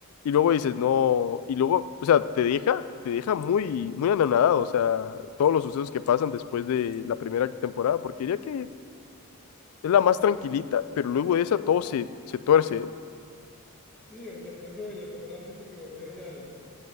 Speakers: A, on the left; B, in the centre.
A: Y luego dices, no, y luego, o sea, te deja, te deja muy, muy anonadado, o sea, todos los sucesos que pasan después de la primera temporada, porque diría que es la más tranquilita, pero luego de esa todo se, se tuerce, eh.
B: sí, o sea, con eso de la temporada 7 que volvieron al,